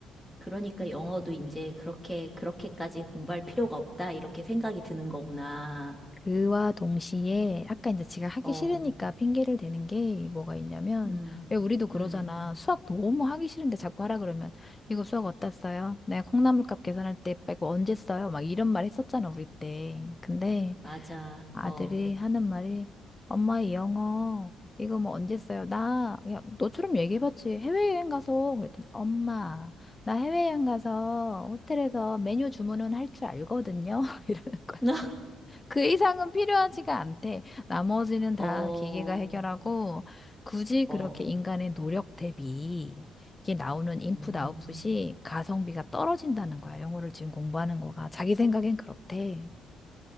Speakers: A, in the centre; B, on the left.
A: 그러니까 영어도 이제 그렇게, 그렇게까지 공부할 필요가 없다, 이렇게 생각이 드는 거구나.
B: 그와 동시에 아까 이제 제가 하기
A: 어,
B: 싫으니까 핑계를 대는 게 뭐가 있냐면
A: 음,
B: 왜 우리도 그러잖아.
A: 음,
B: 수학 너무 하기 싫은데 자꾸 하라 그러면 이거 수학 어디다 써요? 내가 콩나물값 계산할 때 빼고 언제 써요? 막 이런 말 했었잖아, 우리 때. 근데
A: 맞아,
B: 아들이
A: 어,
B: 하는 말이 엄마 이 영어 이거 뭐 언제 써요? 나 야, 너처럼 얘기해봤지. 해외여행 가서 그랬더니 엄마 나 해외여행 가서 호텔에서 메뉴 주문은 할 줄 알거든요. <laughs> 이러는 거야.
A: <laughs>
B: 그 이상은 필요하지가 않대. 나머지는 다
A: 어,
B: 기계가 해결하고 굳이
A: 어,
B: 그렇게 인간의 노력 대비 이게 나오는 인풋
A: 음.
B: 아웃풋이 가성비가 떨어진다는 거야. 영어를 지금 공부하는 거가 자기 생각엔 그렇대.